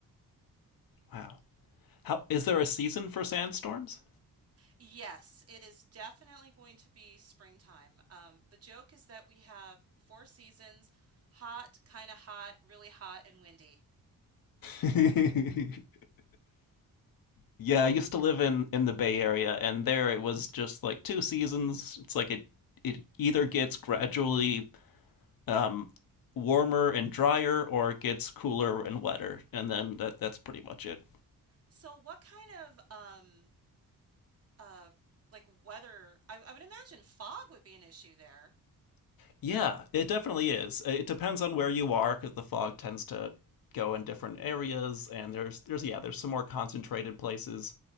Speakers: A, on the left (about 75°); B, on the right (about 40°).
A: Wow, how is there a season for sandstorms?
B: Yes, it is definitely going to be springtime. Um, the joke is that we have four seasons, hot, kind of hot, really hot, and windy.
A: <laughs> Yeah, I used to live in in the Bay Area, and there it was just like two seasons. It's like it it either gets gradually um, warmer and drier or it gets cooler and wetter. And then that that's pretty much it.
B: So what kind of um uh like weather? I, I would imagine fog would be an issue there.
A: Yeah, it definitely is. Uh, It depends on where you are because the fog tends to go in different areas, and there's there's yeah there's some more concentrated places,